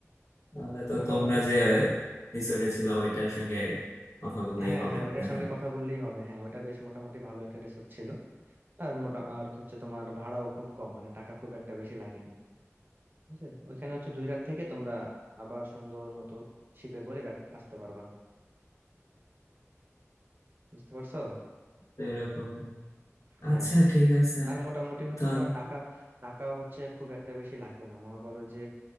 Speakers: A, on the left; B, on the right.
A: তাহলে তো
B: মোটামুটি
A: তোমরা যে রিসোর্টে ছিল ওইটার সঙ্গে কথা বললেই
B: হ্যাঁ
A: হবে
B: হ্যাঁ ওটার
A: মনে
B: সঙ্গে
A: হয়
B: কথা বললেই হবে হ্যাঁ ওটা বেশ মোটামুটি ভালো একটা রিসোর্ট ছিল আর মোটা আর হচ্ছে তোমার ভাড়াও খুব কম মানে টাকা খুব একটা বেশি লাগেনি বুঝলে ওইখানে হচ্ছে দুই রাত থেকে তোমরা আবার সুন্দর মতো শিপে করে ব্যাক আসতে পারবা বুঝতে পারছো
A: তো এরকম
B: হ্যাঁ
A: আচ্ছা ঠিক আছে
B: আর মোটামুটি হচ্ছে
A: ধর
B: তোমার টাকা টাকাও হচ্ছে খুব একটা বেশি লাগবে না মনে করো যে